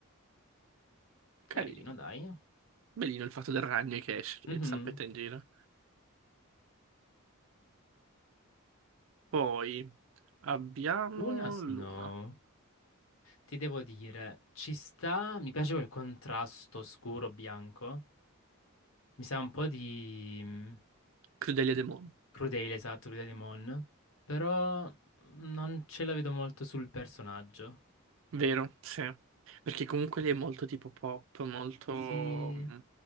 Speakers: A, on the left; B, on the right.
A: Carino,
B: carino.
A: dai.
B: Bellino il fatto del ragno che esce
A: Mhm.
B: e zampetta in giro. Poi abbiamo
A: Luna Snow.
B: Luna,
A: Ti devo dire, ci sta. Mi piace quel contrasto scuro-bianco. Mi sa un po' di. mm,
B: Crudelia De Mon,
A: Crudele, esatto, Crudele Mon. Però non ce la vedo molto sul personaggio.
B: vero? Sì. Perché comunque lei è molto tipo pop, molto
A: Sì.
B: mm,